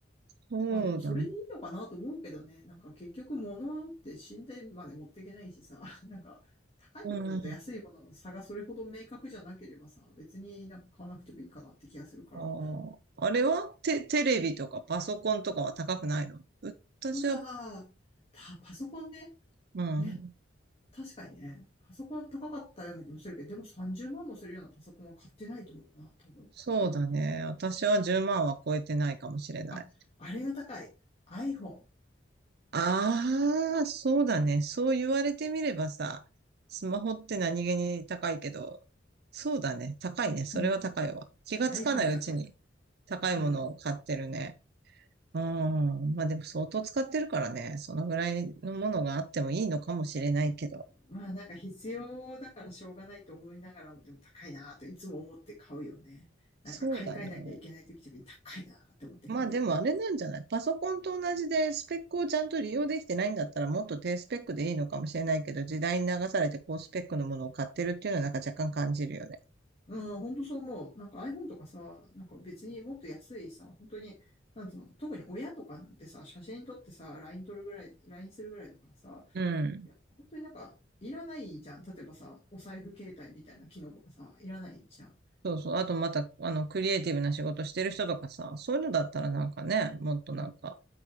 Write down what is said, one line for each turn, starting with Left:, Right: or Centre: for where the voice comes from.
Right: そうだね。
Left: まあでもそれでいいのかなと思うけどね。なんか結局物って信頼まで持っていけないしさ、<laughs> なんか高いものと安いものの差がそれほど明確じゃなければさ、
Right: うん。
Left: 別になんか買わなくてもいいかなって気がするから。
Right: あー、
Left: あ
Right: あれはテ、テレビとかパソコンとかは高くないの私は、
Left: あ、た、パソコンね。
Right: うん。
Left: ね。確かにね。パソコン高かったような気もするけど、でも30万もするようなパソコンは買ってないと思うな、多分。
Right: そうだね。
Left: 今は。
Right: 私は10万は超えてないかもしれない。
Left: あ、あれが高い。iPhone。
Right: ああ、そうだね。そう言われてみればさ、スマホって何気に高いけど、そうだね。高いね。それは高いわ。
Left: うん。
Right: 気がつかないうちに
Left: iPhone 高い。
Right: 高いものを買ってるね。
Left: うん。
Right: うん。まあでも相当使ってるからね。そのぐらいのものがあってもいいのかもしれないけど。
Left: まあなんか必要だからしょうがないと思いながらも、でも高いなぁといつも思って買うよね。なんか買い替えなきゃいけない時とに高いなぁって思って買うよね。
Right: そうだね。まあでもあれなんじゃないパソコンと同じでスペックをちゃんと利用できてないんだったらもっと低スペックでいいのかもしれないけど、時代に流されて高スペックのものを買ってるっていうのはなんか若干感じるよね。
Left: うん、ほんとそう思う。なんか iPhone とかさ、なんか別にもっと安いさ、本当に、なんつうの、特に親とかなんてさ、写真撮ってさ、LINE 撮るぐらい、LINE するぐらいだからさ、
Right: うん。
Left: いや、本当になんかいらないじゃん。例えばさ、お財布携帯みたいな機能とかさ、いらないじゃん。
Right: そうそう。あとまた、あの、クリエイティブな仕事してる人とかさ、そういうのだったらなんかね、もっとなんか、